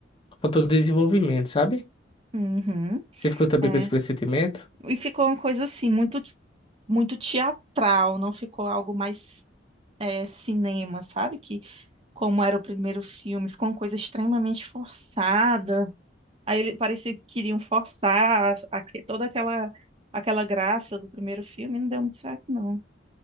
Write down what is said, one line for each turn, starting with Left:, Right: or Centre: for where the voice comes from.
Left: Faltou desenvolvimento, sabe?
Right: Uhum,
Left: Você ficou também
Right: é.
Left: com esse pressentimento?
Right: E ficou uma coisa assim, muito, muito teatral, não ficou algo mais é, cinema, sabe? Que como era o primeiro filme, ficou uma coisa extremamente forçada. Aí ele parecia que queriam forçar a- aque- toda aquela aquela graça do primeiro filme, não deu muito certo, não.